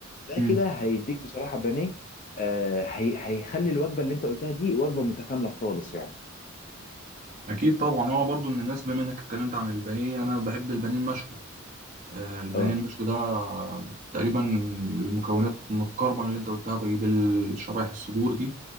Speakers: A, on the left; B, on the right.
A: ده
B: امم
A: كده هيديك بصراحة بانيه آه هي هيخلي الوجبة اللي انت قلتها دي وجبة متكاملة خالص يعني
B: اكيد طبعا انا برضو من الناس بما انك اتكلمت عن البانيه انا بحب البانيه المشوي آه، البانيه
A: اه
B: المشوي ده آه، تقريبا المكونات متقاربه من اللي انت قلتها بجيب الشرايح الصدور دي